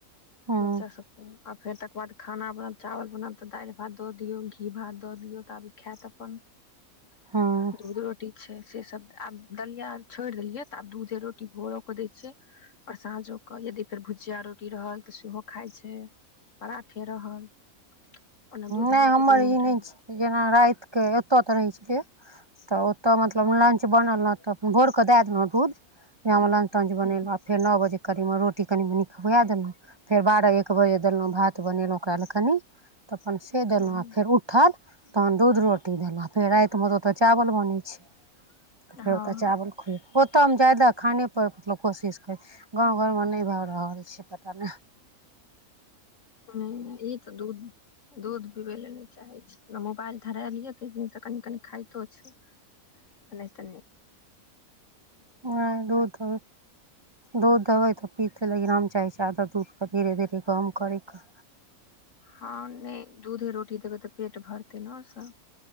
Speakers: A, on the right (about 30°); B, on the left (about 55°).
A: हँ
B: बच्चा सबके आ फेर तकर बाद खाना बनत चावल बनत त दाइल भात द दियौ घी भात दऽ दियऔ तब खायत अपन
A: हँ
B: दूध रोटी छै से सब आब दलिया आर छोड़ि देलियै तऽ आब दूधे रोटी भोरो कऽ दैय छियै आर साँझो कऽ यदि फेर भुजिया रोटी रहल तऽ सेहो खाय छैय पराठे रहल ओना दूधे
A: नइ
B: रोटी
A: हमर
B: दुनू
A: ई
B: टाइम
A: नइ छी जेना राति कऽ एतऽ तऽ रहै छियै तऽ ओतऽ मतलब लंच बनल रहत तऽ भोर कऽ देय देलहुँ दूध वैह मे लंच तंच
B: हूँ
A: बनेलु आ फेर नअ बजे करीब मे रोटी कनि मनि खुया देलहुँ फेर बारह एक बजे देलु भात बनेलु ओकरा ल कनि तखन से देलु
B: हँ
A: फेर उठल तहन दूध रोटी देलु फेर राइतमे तऽ ओतऽ चावल बनय छैय तऽ फेर
B: हँ
A: ओतऽ चावल खुएल ओतऽ मे ज्यदा खानेपर मे कोशिश करै गाँव घरमे नय भए रहल छैय पता नइ
B: नइ नइ ई तऽ दूध दूध पिबैल नय चाहै छैय आ मोबाइल धरा लियै तै दिन स कनि कनि खाइतो छैय नइ त नइ
A: ओंय दूधो दूध देबै तऽ पीतै लेकिन हम चाहय आदत दूध के धीरे धीरे कम करयके
B: हँ नय दूध रोटी देबय तऽ पेट भरतै ने ओइ स